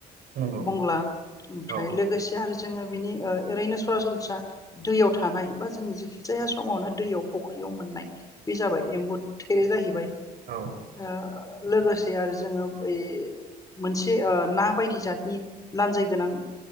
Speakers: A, on the right; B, on the left.
A: नंगौ
B: बंग्ला ओमफ्राय
A: औ
B: लोगोसे आरो जोङो बिनि ओ ओरैनो सरासनस्रा दैयाव थानाय बा जों जिखि जाया समावनो दैयाव फुख्रियाव मोननाय बे जाबाय एम्बु थेरे जाहैबाय। ओ
A: औ
B: लोगोसे आरो जोङो बै मोनसे ना बायदि जातनि लान्जाय गोनां